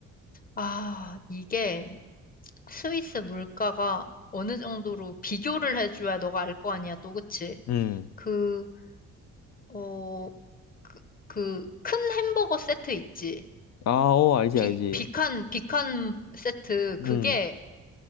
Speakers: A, on the left (about 30°); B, on the left (about 60°).
A: 아, 이게 스위스 물가가 어느 정도로 비교를 해줘야 너가 알 거 아니야, 또, 그치?
B: 음.
A: 그, 어, 그, 그 큰 햄버거 세트 있지?
B: 아, 어, 알지,
A: 비,
B: 알지.
A: 비칸, 비칸 세트. 그게
B: 음.